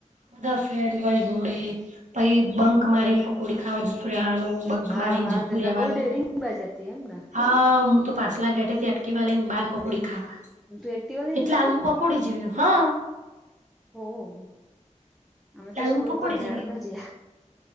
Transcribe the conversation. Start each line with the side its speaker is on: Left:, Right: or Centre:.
Right: બધા ફ્રેન્ડ હોઈ જોડે પહિ બંક મારીને પકોડી ખાવા જતું રેવાનું બંક
Centre: હા,
Right: મારીને
Centre: વાત
Right: જતું
Centre: તો
Right: રેવાનું
Centre: બઉ ડેરિંગ બાજ હતી એમને
Right: હા, હું તો પાસલા ઘેટે થી એકટીવા લઈને બાર પકોડી ખાવા
Centre: તું એક્ટિવા લઈને
Right: એટલે
Centre: જતી
Right: હાલ મુકો. કુડી જેવી હ
Centre: હા અમે તો
Right: હાલમાં
Centre: સ્કૂલ
Right: પકોડી
Centre: તો હેડતા
Right: જેવી
Centre: જયા